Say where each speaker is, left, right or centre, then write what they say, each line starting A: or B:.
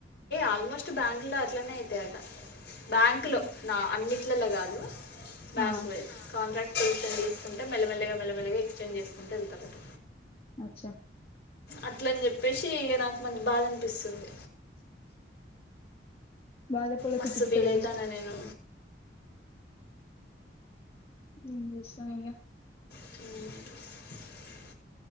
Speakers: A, on the left; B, on the left.
A: ఆల్మోస్ట్ బ్యాంకు లో అట్లనే అయితాయట బ్యాంక్
B: ఆ
A: లో నా అన్నిట్లలో కాదు బ్యాంకు
B: ఆ
A: వైస్ కాంట్రాక్ట్ ట్యూషన్ తీసుకుంటే మెలమెల్లగా మెల్మెల్గా ఎక్స్టెండ్ చేసుకుంట వెళ్తారట
B: అచ్చా
A: అట్లని చెప్పేసి ఇక నాకు మంచి బాధ అనిపిస్తుంది
B: బాలపడ
A: మస్తు
B: కుచితల్
A: ఫీల్ అవుతాను నేను
B: ఏం చేస్తమయ్య
A: మ్